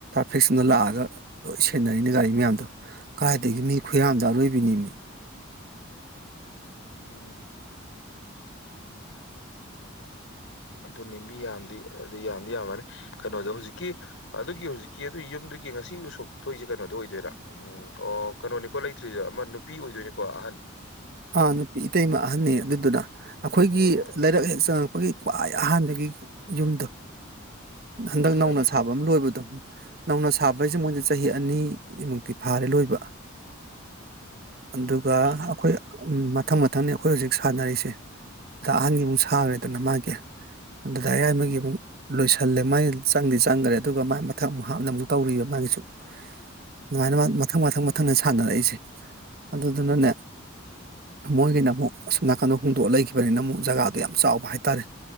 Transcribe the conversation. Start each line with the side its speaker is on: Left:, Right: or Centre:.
Right: ꯐꯤꯛꯁꯅ ꯂꯥꯛꯑꯒ ꯂꯣꯏ ꯁꯦꯟꯅꯔꯤꯅꯤ ꯒꯥꯔꯤ ꯃꯌꯥꯝꯗꯣ ꯀꯥꯏꯗꯒꯤ ꯃꯤ ꯈꯨꯌꯥꯝꯗ ꯑꯔꯣꯏꯕꯤꯅꯤ ꯃꯤ
Left: ꯎꯝ ꯑꯗꯨꯅꯤ ꯃꯤ ꯌꯥꯝꯗꯤ ꯑꯗꯨ ꯌꯥꯝꯗꯤ ꯌꯥꯝꯃꯅꯤ ꯀꯩꯅꯣꯗꯣ ꯍꯧꯖꯤꯛꯀꯤ ꯑꯗꯨꯒꯤ ꯍꯧꯖꯤꯛꯀꯤ ꯑꯗꯨ ꯌꯨꯝꯗꯨꯒꯤ ꯉꯁꯤ ꯎꯁꯣꯞ ꯐꯨꯛ ꯊꯣꯛꯏꯁꯦ ꯀꯩꯅꯣꯗꯣ ꯑꯣꯏꯗꯣꯏꯔꯥ ꯎꯝ ꯑꯣ ꯀꯩꯅꯣꯅꯤꯀꯣ ꯂꯩꯇ꯭ꯔꯤꯖꯦ ꯑꯃ ꯅꯨꯄꯤ ꯑꯣꯏꯗꯣꯏꯅꯤꯀꯣ ꯑꯍꯟ
Right: ꯑꯥ ꯅꯨꯄꯤ ꯏꯇꯩꯃ ꯑꯍꯟꯅꯦ ꯑꯗꯨꯗꯨꯅ ꯑꯈꯣꯏꯒꯤ
Left: ꯑꯣ
Right: ꯂꯩꯥꯔꯛ ꯍꯦꯛ ꯆꯪꯉꯛꯄꯒꯤ ꯈ꯭ꯋꯥꯏ ꯑꯍꯥꯟꯕꯒꯤ ꯌꯨꯝꯗꯣ ꯍꯟꯗꯛ
Left: ꯍꯣꯏꯅꯦ
Right: ꯅꯧꯅ ꯁꯥꯕ ꯑꯃ ꯂꯣꯏꯕꯗꯣ ꯅꯧꯅ
Left: ꯎꯝ
Right: ꯁꯥꯕ ꯍꯥꯏꯁꯦ ꯃꯣꯏꯗꯤ ꯆꯍꯤ ꯑꯅꯤꯃꯨꯛꯇꯤ ꯐꯥꯔꯦ ꯂꯣꯏꯕ ꯑꯗꯨꯒ
Left: ꯃꯤꯗꯤ
Right: ꯑꯩꯈꯣꯏ ꯃꯊꯪ ꯃꯊꯪꯅꯤ ꯑꯩꯈꯣꯏ ꯍꯧꯖꯤꯛ ꯁꯥꯟꯅꯔꯤꯁꯦ ꯗꯥ ꯑꯍꯟꯒꯤ ꯑꯃꯨꯛ ꯁꯥꯡꯈ꯭ꯔꯦꯗꯅ ꯃꯥꯒꯤ ꯗꯥꯗꯥ ꯌꯥꯏꯃꯒꯤ ꯑꯃꯨꯛ ꯂꯣꯏꯁꯜꯂꯦ ꯃꯥꯒꯤ ꯆꯪꯗꯤ ꯆꯪꯈ꯭ꯔꯦ ꯑꯗꯨꯒ ꯃꯥꯏ ꯃꯊꯛ ꯑꯃꯨꯛ ꯍꯥꯞꯅꯕ ꯇꯧꯔꯤꯕ ꯃꯥꯒꯤꯁꯨ ꯑꯗꯨꯃꯥꯏꯅ ꯃꯊꯪ ꯃꯊꯪ ꯃꯊꯪꯗ ꯁꯥꯟꯅꯔꯛꯏꯁꯦ ꯑꯗꯨꯗꯨꯅꯅꯦ ꯃꯣꯏꯒꯤꯅ ꯑꯃꯨꯛ ꯑꯁꯨꯝ ꯅꯥꯀꯟꯗ ꯍꯣꯡꯇꯣꯛꯑ ꯂꯩꯈꯤꯕꯅꯤꯅ ꯑꯃꯨꯛ ꯖꯒꯥꯗꯣ ꯌꯥꯝ ꯆꯥꯎꯕ ꯍꯥꯏꯇꯥꯔꯦ